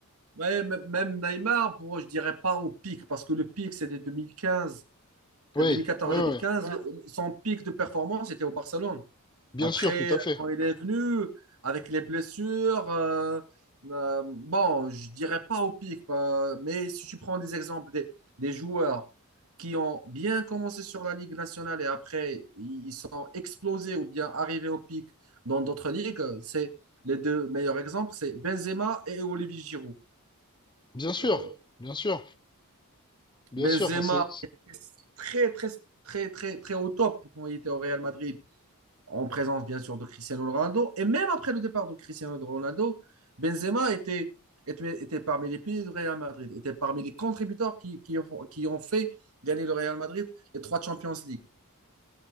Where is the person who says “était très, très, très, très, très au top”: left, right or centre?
Right